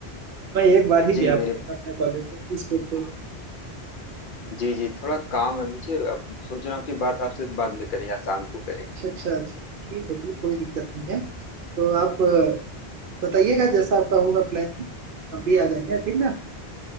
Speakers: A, on the right; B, on the left.
A: मैं एक बार ही
B: जी
A: गया
B: मेरे
A: हूँ बस अपने कॉलेज से स्कूल
B: हाँ
A: से
B: जी जी थोड़ा काम है मुझे अब सोच रहा हूँ कि बात आपसे बाद में करें या शाम को करें
A: अच्छा अच्छा अच्छा, ठीक है जी कोई दिक्कत नहीं है तो आप बताइएगा जैसा आपका होगा प्लान हम भी आ जाएंगे ठीक ना